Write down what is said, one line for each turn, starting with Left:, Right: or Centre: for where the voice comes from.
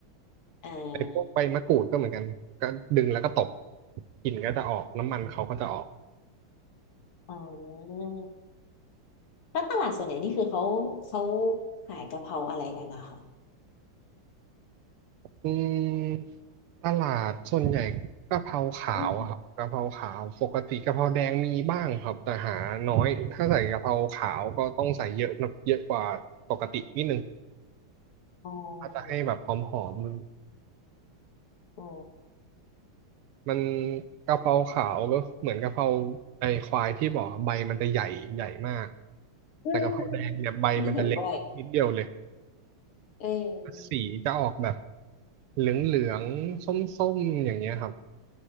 Left: อ่
Right: ไอ้พวกใบมะกรูดก็เหมือนกันก็ดึงแล้วก็ตบ
Left: า
Right: กลิ่นก็จะออกน้ำมันเขาก็จะออก
Left: อ๋อแล้วตลาดส่วนใหญ่นี่คือเขาเขาขายกะเพราอะไรกันนะคะ
Right: อืมตลาดส่วนใหญ่กะเพราขาวอะครับกะเพราขาวปกติกะเพราแดงมีบ้างครับแต่หาน้อยถ้าใส่กะเพราขาวก็ต้องใส่เยอะนะเยอะกว่าปกตินิดนึง
Left: อมอ๋อ
Right: ถ้าจะให้แบบหอมหอมมัน
Left: อ๋อ
Right: มันกะเพราขาวก็เหมือนกะเพราไอ้ควายที่บอกใบมันจะใหญ่ใหญ่มาก
Left: อืมอืมอืม
Right: แต่กะเพราแดงเนี่ยใบมันจะเล็กนิดเดียวเลย
Left: อันนี้เห็นบ่อยเออ
Right: สีจะออกแบบเหลืองเหลืองส้มส้มๆอย่างเงี้ยครับ